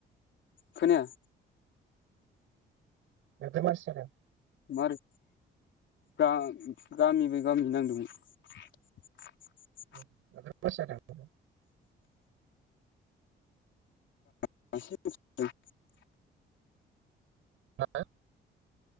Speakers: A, on the left (about 70°); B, on the right (about 85°).
A: खोनाया
B: दाख्लै मानसि जादों
A: मारै दां गामि बाय गामि नांदोंमोन <inaudible>
B: <unintelligible>
A: <unintelligible>
B: नाङो